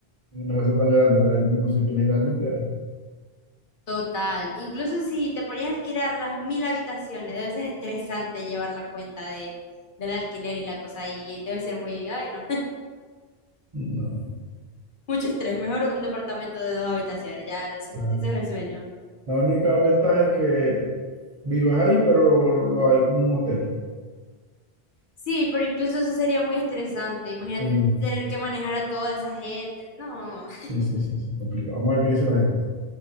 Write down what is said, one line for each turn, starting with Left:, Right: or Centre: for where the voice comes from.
Right: en una casa tan grande? La- no sé quién la irá a limpiar.
Left: Total, incluso si te ponías a alquilar las mil habitaciones, debe ser estresante llevar la cuenta de, del alquiler y la cosa ahí, debe ser muy, ay no,
Right: No,
Left: <laughs> mucho estrés, mejor un departamento de dos habitaciones, ya, ese,
Right: claro.
Left: ese es el sueño.
Right: La única ventaja es que vivas ahí, pero lo hay como un hotel.
Left: Sí, pero incluso eso sería muy estresante, imagínate
Right: Sí,
Left: tener que manejar a toda esa gente, no, <laughs>
Right: sí, sí, sí, sí, complicado. Vamos a ver qué dice la gente.